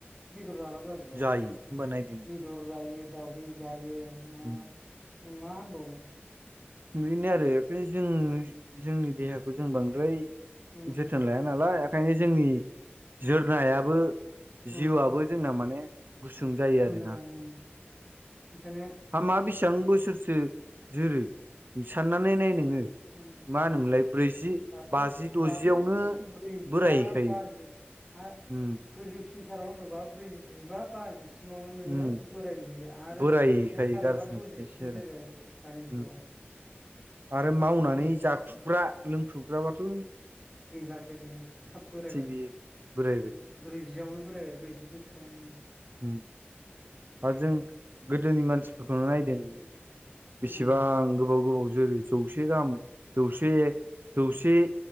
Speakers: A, in the centre; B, on the right (about 55°).
A: बेदर जाग्रा जाजोबबाय
B: जायो होमबा नायदो
A: बेदर जायो दाउदै जायो। हाब
B: उम
A: नों मा होनबावनो
B: बेनो आरो एदलिस जों जोंनि देहाखौ जों बांद्राय
A: उम
B: जोथोन लाया नालाय ओखायनो जोंनि जोरनायाबो
A: उम
B: जिउआबो जोंना माने गुसुं जायो आरोना।
A: जाबाय उम ओंखायनो
B: हा मा बेसेबां बोसोरसो जेरो। साननानै नाय नोङो
A: उम
B: मा होनोमोनलाय ब्रैजि
A: दाथ'
B: बाजि
A: दाथ'
B: द'जियावनो
A: ब्रैजिबा
B: बोरायहैखायो।
A: बाजि हा
B: उम
A: गोजौसिनथाराव होनोबा ब्रैजिबा बाजिसिमावनो नोङो
B: उम
A: बोराय नुहैबाय। आरो
B: बोरायहैखायो
A: जोबथारोबा
B: गाज्रि नुहैखायोसो
A: दजिसिम
B: आरो
A: जिरो दानि जुगाव।
B: उम आरो मावनानै
A: आरो
B: जाखुबग्रा लोंखुबग्राबाथ'
A: गैलासै बेयो थाब बोरायबाय।
B: बियो बोरायबाय
A: ब्रैजिआवनो बोरायबाय ब्रैजि बोसोरावनो ओम।
B: ओम आरो जों गोदोनि मानसिफोरखौनो नायदो नोङो बेसेबां
A: उम
B: गोबाव गोबाव गोबाव जोरो जौसे गाहाम जौसे जौसे